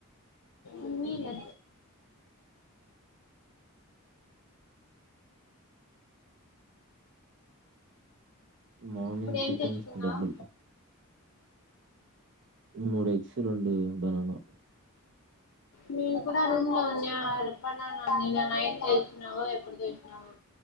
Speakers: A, on the left (about 65°); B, on the right (about 55°).
A: ఉన్నీలే
B: మార్నింగ్
A: ఇప్పుడు ఏం
B: టిఫిన్స్
A: తెచ్చుకున్నావు
B: కి డబ్బులు మూడు ఎగ్స్ రెండు బనానా
A: నేను కూడా రూమ్ లో ఉన్నా ఆడ బనానా నీనా నైట్ తెచ్చినావో ఎప్పుడు తెచ్చినావో